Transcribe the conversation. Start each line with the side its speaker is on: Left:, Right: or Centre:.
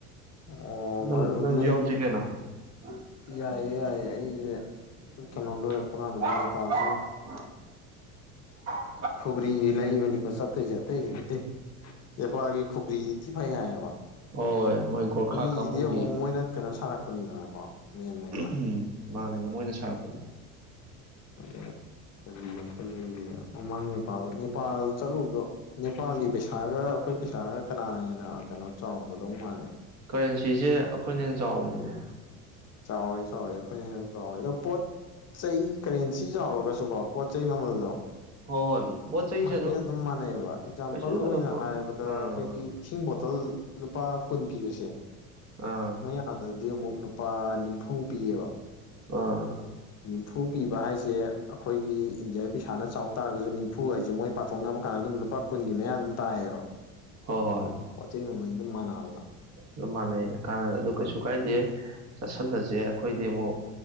Left: ꯑꯣ
Right: ꯅꯪ
Left: ꯃꯔꯨꯞ
Right: ꯅꯪꯁꯨ
Left: ꯅꯣꯏ
Right: ꯌꯥꯎꯁꯤ ꯀꯩꯅꯣ <inaudible>
Left: ꯌꯥꯏꯌꯦ ꯌꯥꯏꯌꯦ ꯑꯩꯁꯦ ꯀꯩꯅꯣ ꯂꯣꯏꯔꯛꯄ ꯀꯥꯟꯗꯁꯨ ꯅꯦꯄꯥꯜ
Right: ꯑꯥ
Left: ꯈꯨꯒꯔꯤ ꯂꯩꯕꯅꯤ ꯀꯣ ꯆꯠꯇꯨꯏꯁꯦ ꯑꯇꯩꯒꯤ ꯅꯠꯇꯦ ꯅꯦꯄꯥꯜꯒꯤ ꯈꯨꯒꯔꯤ ꯊꯥ ꯐꯩ ꯍꯥꯏꯌꯦꯕ
Right: ꯍꯣꯏ ꯃꯣꯏ ꯒꯣꯔꯈꯥ
Left: ꯈꯨꯒꯔꯤꯗꯤ
Right: ꯀꯥꯡꯕꯨꯒꯤ
Left: ꯑꯃꯨꯛ ꯃꯣꯏꯅ ꯀꯩꯅꯣ ꯁꯥꯔꯛꯄꯅꯤꯗꯅꯀꯣ ꯃꯦꯟ ꯑꯣꯏꯅ
Right: ꯎꯝ ꯃꯥꯅꯦ ꯃꯣꯏꯅ ꯁꯥꯔꯛꯄꯅꯦ
Left: ꯑꯗꯥ ꯈꯨꯒꯔꯤ ꯑꯝꯇꯥ ꯂꯩꯒꯦꯅ ꯃꯃꯥꯡ ꯅꯦꯄꯥꯜ ꯅꯦꯄꯥꯜ ꯆꯠꯂꯨꯗꯣ ꯅꯦꯄꯥꯜꯒꯤ ꯄꯩꯁꯥꯒ ꯑꯩꯈꯣꯏ ꯄꯩꯁꯥꯒ ꯀꯅꯥꯅ ꯍꯦꯟꯅ ꯀꯩꯅꯣ ꯆꯥꯎꯔꯝꯒꯗꯧ ꯃꯥꯜꯂꯤ
Right: ꯀꯔꯦꯟꯁꯤꯁꯦ ꯑꯩꯈꯣꯏꯅ ꯍꯦꯟꯅ ꯆꯥꯎꯕꯅꯤꯅꯦ
Left: ꯆꯥꯎꯋꯦ ꯆꯥꯎꯋꯦ ꯑꯩꯈꯣꯏꯅ ꯍꯦꯟꯅꯥ ꯆꯥꯎꯋꯦ ꯑꯗꯣ ꯄꯣꯠ ꯆꯩ ꯀꯔꯦꯟꯁꯤ ꯆꯥꯎꯔꯒꯁꯨ ꯀꯣ ꯄꯣꯠ ꯆꯩ ꯃꯃꯜꯗꯣ
Right: ꯍꯣꯏ ꯍꯣꯏ ꯄꯣꯠ ꯆꯩꯁꯦ
Left: ꯍꯥꯏꯐꯦꯠ ꯑꯗꯨꯝ ꯃꯥꯟꯅꯩꯑꯕ ꯑꯦꯛꯖꯥꯝꯄꯜ
Right: ꯀꯩꯁꯨ ꯊꯣꯏꯗꯣꯛꯄ
Left: ꯑꯣꯏꯅ ꯍꯥꯏꯔꯕꯗ
Right: ꯑꯥ
Left: ꯑꯩꯈꯣꯏꯒꯤ ꯏꯁꯤꯡ ꯕꯣꯇꯜ ꯂꯨꯄꯥ ꯀꯨꯟ ꯄꯤꯕꯁꯦ
Right: ꯑꯥ
Left: ꯃꯣꯏ ꯑꯥꯗꯗꯤ ꯑꯃꯨꯛ ꯂꯨ ꯄꯥ ꯅꯤꯝꯐꯨ ꯄꯤꯌꯦꯕ
Right: ꯑꯥ
Left: ꯅꯤꯝꯐꯨ ꯄꯤꯕ ꯍꯥꯏꯁꯦ ꯑꯩꯈꯣꯏꯒꯤ ꯏꯟꯗꯤꯌꯥꯒꯤ ꯄꯩꯁꯥꯅ ꯆꯥꯎ ꯇꯥꯔꯒꯁꯨ ꯅꯤꯝ ꯐꯨ ꯍꯥꯏꯁꯦ ꯃꯣꯏ ꯄꯥꯊꯣꯛꯅꯕ ꯀꯥꯟꯗ ꯑꯗꯨꯝ ꯂꯨꯄꯥ ꯀꯨꯟꯒꯤ ꯃꯌꯥ ꯑꯗꯨꯝ ꯇꯥꯏꯌꯦꯕ
Right: ꯍꯣꯏ ꯍꯣꯏ
Left: ꯄꯣꯠ ꯆꯩ ꯃꯃꯜ ꯑꯗꯨꯝ ꯃꯥꯟꯅꯕꯗꫭ
Right: ꯑꯗꯨꯝ ꯃꯥꯟꯅꯩꯗ ꯀꯥꯟꯅ ꯑꯗꯨ ꯀꯩꯁꯨ ꯀꯥꯏꯗꯦ ꯆꯥꯁꯤꯜꯂꯁꯦ ꯑꯩꯈꯣꯏꯗꯤ ꯑꯃꯨꯛ